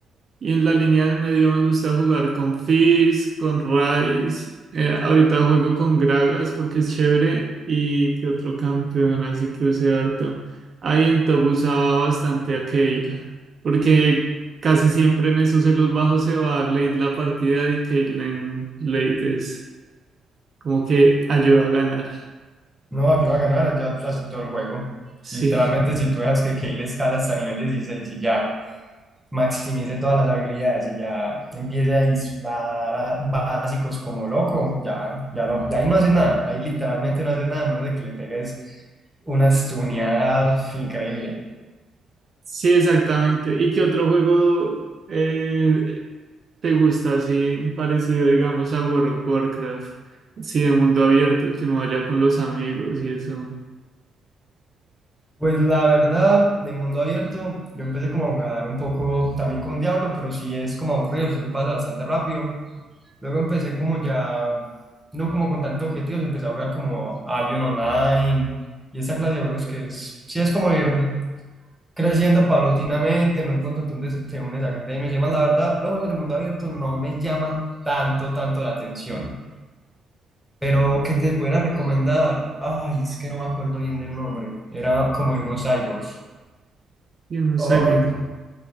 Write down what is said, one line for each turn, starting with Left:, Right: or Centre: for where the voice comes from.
Right: Y en la línea del medio me gusta jugar con Fizz, con Ryze. eh, ahorita juego con Gragas porque es chévere. Y que otro campeón, así que usé harto. Ahí en top usaba bastante a Kayle. Porque casi siempre en esos celos bajos se va a dar late la partida y Kayle en late es como que ayuda a ganar.
Centre: No, ayuda a ganar, ya ya aceptó el juego.
Right: Sí.
Centre: Literalmente, si tú dejas que Kayle escala hasta nivel 16 y ya maximice todas las habilidades y ya empiece a disparar a básicos como loco, ya, ya no, ya ahí no hace nada. Ahí literalmente no hace nada, a menos de que le pegues una stuneada increíble.
Right: Sí, exactamente. ¿Y qué otro juego eh, te gusta así parecido, digamos, a World of Warcraft? Sí, de mundo abierto, que uno vaya con los amigos y eso,
Centre: Pues la verdad, de mundo abierto, yo empecé como a jugar un poco también con Diablo, pero sí es como aburrido, sí se pasa bastante rápido. Luego empecé como ya, no como con tantos objetivos, empecé a jugar como Albion Online y esta clase de juegos que es, sí es como ir creciendo paulatinamente, en un punto te unes, te unes a gremios y demás. La verdad, los juegos de mundo abierto no me llaman tanto, tanto la atención. Pero que te pudiera recomendar, ay, es que no me acuerdo bien del nombre, era como de unos cyborgs.
Right: y uno
Centre: Ay,
Right: cyber.
Centre: cu-